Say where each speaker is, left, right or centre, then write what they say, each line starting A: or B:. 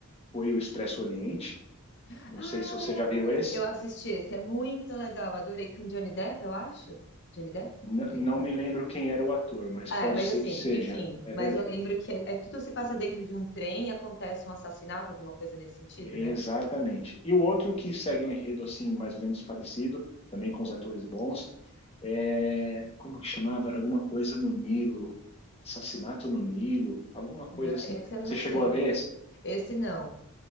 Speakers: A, on the left; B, on the left.
A: foi o Expresso Oriente.
B: Ah,
A: Não sei se você já viu esse.
B: eu assisti esse, é muito legal, adorei, com Johnny Depp, eu acho? Johnny Depp?
A: N-
B: Ele
A: não
B: tá lá?
A: me lembro quem era o ator, mas
B: Ah,
A: pode
B: É, mas
A: ser
B: assim,
A: que seja.
B: enfim,
A: É
B: mas
A: verdade.
B: eu lembro que é, é tudo se passa dentro de um trem e acontece um assassinato, alguma coisa nesse sentido,
A: Exatamente.
B: né?
A: E o outro que segue um enredo assim, mais ou menos parecido, também com os atores bons, é... como que chamava? Era alguma coisa no Nilo. Assassinato no Nilo, alguma coisa
B: Não,
A: assim.
B: Esse eu não
A: Você chegou
B: sei.
A: a ver esse?
B: Esse não.